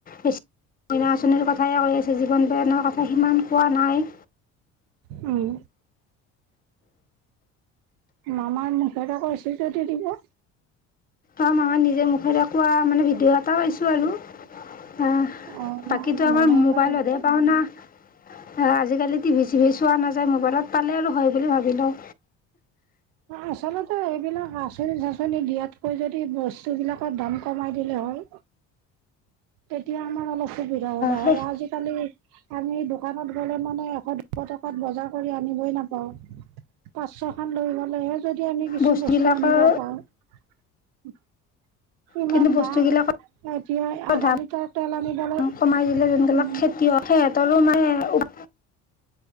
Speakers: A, on the left (about 25°); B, on the right (about 75°).
A: বেছি মহিলা আঁচনিৰ কথা হে কৈ আছে জীৱন প্ৰেৰনাৰ কথা- সিমান কোৱা নাই।
B: উম মামাৰ মুখেৰে কৈছিল যদি দিব।
A: অ' মামাই নিজে মুখৰে কোৱা মানে ভিডিঅ' এটা পাইছোঁ আৰু। আহ
B: অ মা
A: বাকীটো আমাৰ
B: মামাই
A: মোবাইলতহে
B: ক'লে দিব
A: পাওনা। সেয়া আজিকালি টিভি চিভি চোৱা নাযায় মোবাইলত পালে আৰু হয় বুলি ভাবি লওঁ।
B: আচলতে এইবিলাক আচনি চাচনি দিয়াতকৈ যদি বস্তুবিলাক দাম কমাই দিলে হয়। তেতিয়া আমাৰ অলপ সুবিধা হ'ল হয়
A: সেই
B: আজিকালি আমি দোকানত গ'লে মানে এশ দুশ টকাত বজাৰ কৰি আনিবই নাপাওঁ। পাঁচ ছখন লৈ গ'লেহে যদি আমি কিছু
A: বস্তুবিলাকৰ
B: বস্তু আনিব পাওঁ। <inaudible> ইমান
A: কিন্তু বস্তুবিলাকৰ
B: দাম এতিয়া আধা
A: দাম
B: লিটাৰ তেল আনিবলৈ
A: কমাই দিলে যোনবিলাক
B: উম।
A: <inaudible>